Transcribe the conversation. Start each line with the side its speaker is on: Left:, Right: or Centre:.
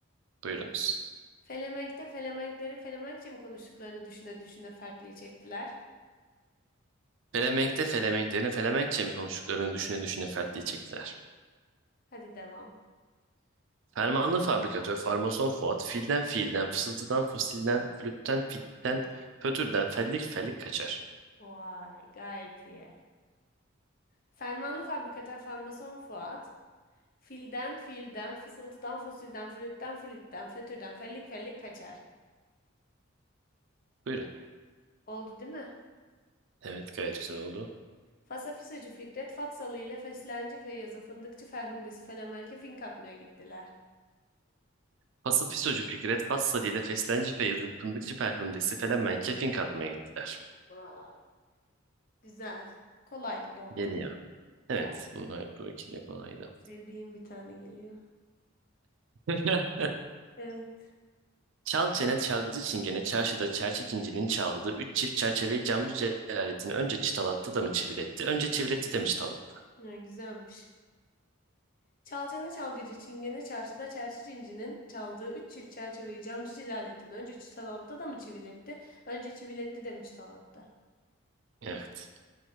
Right: Buyurunuz.
Left: Felemenk'te Felemenklerin Felemenkçe mi konuştuklarını düşüne düşüne fertliği çektiler.
Right: Felemenk'te Felemenklerin Felemenkçe mi konuştuklarını düşüne düşüne fertliği çektiler.
Left: Hadi devam.
Right: Fermanlı fabrikatör, farmason Fuat, filden fiilden, fısıltıdan fosilden, flütten fitten, pötürden fellik fellik kaçar.
Left: Vay gayet iyi. Fermanlı fabrikatör farmason Fuat. Filden filden, fısıltıdan fosilden, flütten flütten, fötürden, fellik fellik kaçar.
Right: Buyurun.
Left: Oldu değil mi?
Right: Evet gayet güzel oldu.
Left: Fasafisocu Fikret Fatsalı ile Feslenci Feyyaz'ın fındıkçı Ferhundesi Felemenke fink atmaya gittiler.
Right: Pası Fisocu Fikret, Fat Sali'de Feslenci Feyyaz'ın Fındıkçı Ferhundesi Felemenk'e fink atmaya gittiler.
Left: Vay, güzel. Kolaydı bu ama.
Right: Geliyor. Evet
Left: Ya,
Right: bunlar bu ikili kolaydı.
Left: sevdiğim bir tane geliyor.
Right: <laughs>
Left: Evet,
Right: Çal çene çalgıcı çingene çarşıda çerçi cincinin çaldığı üç çift çerçeveyi camcı Celalettin önce çıtalattı da mı çiviletti, önce çiviletti de mi çıtalattı?
Left: ya, güzelmiş. Çalcanı çalgıcı çingene çarşıda çerçi cincinin çaldığı üç çift çerçeveyi camcı Cilalettin önce çıtalattı da mı çiviletti, önce çiviletti de mi çıtalattı?
Right: Evet.